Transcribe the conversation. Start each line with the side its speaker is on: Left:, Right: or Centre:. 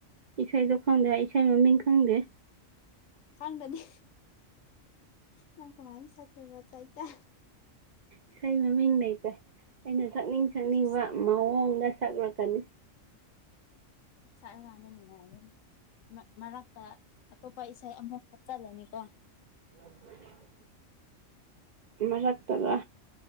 Right: ꯏꯁꯩꯗꯣ ꯈꯪꯗꯦ ꯏꯁꯩ ꯃꯃꯤꯡ ꯈꯪꯗꯦ
Left: ꯈꯪꯗꯥꯗꯤ ꯅꯪ ꯀꯃꯥꯏꯅ ꯁꯛꯇꯣꯏꯕ ꯆꯩꯆꯥ
Right: ꯏꯁꯩ ꯃꯥꯃꯤꯡ ꯂꯩꯇꯦ ꯑꯩꯅ ꯁꯛꯅꯤꯡ ꯁꯛꯅꯤꯡꯕ
Left: ꯁꯤꯁ
Right: ꯃꯑꯣꯡꯗꯥ ꯁꯛꯂꯛꯀꯥꯅꯤ
Left: ꯁꯛꯂꯥ ꯀꯥꯟꯗꯥ ꯅꯨꯡꯉꯥꯏꯒꯅꯤ ꯃꯔꯛꯇꯥ ꯑꯇꯣꯞꯄꯥ ꯏꯁꯩ ꯑꯃꯨꯛ ꯍꯥꯞꯆꯜꯂꯅꯤ ꯀꯣ
Right: <unintelligible> ꯃꯔꯛꯇꯔꯥ